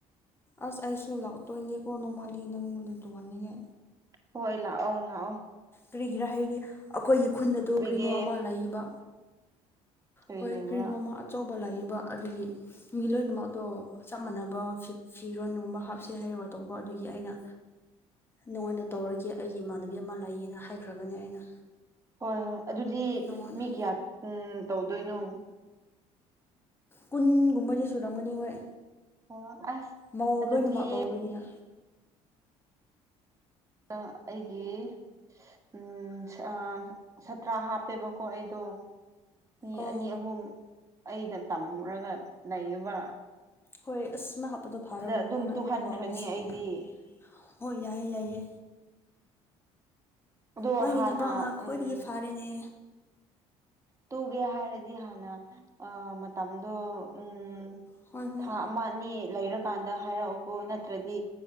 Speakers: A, on the left; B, on the right.
A: ꯑꯁ ꯑꯩꯁꯨ ꯂꯥꯛꯇꯣꯏꯅꯤꯀꯣ ꯅꯣꯡꯃꯥꯜꯂꯤ ꯅꯪꯉꯣꯟꯗ ꯇꯣꯡꯍꯅꯤꯉꯦ
B: ꯍꯣꯏ ꯂꯥꯛꯑꯣ ꯂꯥꯛꯑꯣ
A: ꯀꯔꯤꯒꯤꯔꯥ ꯍꯥꯏꯗꯤ ꯑꯩꯈꯣꯏꯒꯤ ꯈꯨꯟꯗꯗꯣ
B: ꯇꯨꯕꯤꯒꯦ
A: ꯀꯔꯤꯅꯣ ꯑꯃ ꯂꯩꯌꯦꯕ
B: ꯀꯔꯤ
A: ꯍꯣꯏ
B: ꯂꯩꯕ꯭ꯔꯥ
A: ꯀ꯭ꯔꯤꯅꯣꯝ ꯑꯃ ꯑꯆꯧꯕ ꯂꯥꯛꯌꯦꯕ ꯑꯗꯨꯗꯒꯤ ꯃꯤ ꯂꯣꯏꯅꯃꯛ ꯑꯇꯣꯞ ꯆꯞ ꯃꯥꯟꯅꯕ ꯐꯤꯔꯣꯟꯒꯨꯝꯕ ꯍꯥꯞꯁꯦ ꯍꯥꯎꯔꯒ ꯇꯧꯕ ꯑꯗꯨꯒꯤ ꯑꯩꯅ ꯅꯉꯣꯟꯗ ꯇꯧꯔꯒꯦ ꯑꯩꯒꯤ ꯏꯃꯥꯟꯅꯕꯤ ꯑꯃ ꯂꯩꯌꯦꯅ ꯍꯥꯏꯈ꯭ꯔꯕꯅꯦ ꯑꯩꯅ
B: ꯍꯣꯏ ꯍꯣꯏ ꯑꯗꯨꯗꯤ
A: ꯅꯉꯣꯟꯗ
B: ꯃꯤ ꯀꯌꯥ ꯇꯧꯗꯣꯏꯅꯣ
A: ꯀꯨꯟꯒꯨꯝꯕꯗꯤ ꯁꯨꯔꯝꯒꯅꯤ ꯍꯣꯏ
B: ꯑꯣ ꯑꯁ
A: ꯃꯧ
B: ꯑꯗꯨꯗꯤ
A: ꯂꯣꯏꯅ ꯃꯥꯥꯛ ꯇꯧꯕꯅꯤꯅ
B: ꯑꯩꯒꯤ ꯎꯝ ꯁꯠꯇ꯭ꯔꯥ ꯍꯥꯄꯦꯕꯀꯣ ꯑꯩꯗꯣ ꯃꯤ
A: ꯑꯧ
B: ꯑꯅꯤ ꯑꯍꯨꯝ ꯑꯩꯗ ꯇꯝꯨꯔꯒ ꯂꯩꯏꯕ
A: ꯍꯣꯏ ꯑꯁꯃ <unintelligible> ꯍꯥꯞꯄꯗꯣ ꯐꯥꯔꯕꯅꯤ
B: ꯑꯗꯨꯝ
A: ꯅꯪꯅ
B: ꯇꯨꯍꯟꯈ꯭ꯔꯅꯤ
A: ꯀꯔꯤ ꯋꯥꯕꯅ ꯁꯤꯖꯒ
B: ꯑꯩꯗꯤ
A: ꯍꯣꯏ ꯌꯥꯏꯌꯦ ꯌꯥꯏꯌꯦ
B: ꯑꯗꯣ
A: ꯅꯪꯒꯤ
B: ꯍꯥꯟꯅ
A: ꯊꯕꯛꯅ ꯈ꯭ꯋꯥꯏꯗꯒꯤ
B: ꯎꯝ
A: ꯐꯥꯔꯦꯅꯦ
B: ꯇꯨꯒꯦ ꯍꯥꯏꯔꯗꯤ ꯍꯥꯟꯅ ꯑ ꯃꯇꯝꯗꯣ ꯎꯝ
A: ꯍꯣꯏ ꯍꯣꯏ
B: ꯊꯥ ꯑꯃ ꯑꯅꯤ ꯂꯩꯔꯀꯥꯟꯗ ꯍꯥꯏꯔꯛꯎꯀꯣ ꯅꯠꯇ꯭ꯔꯗꯤ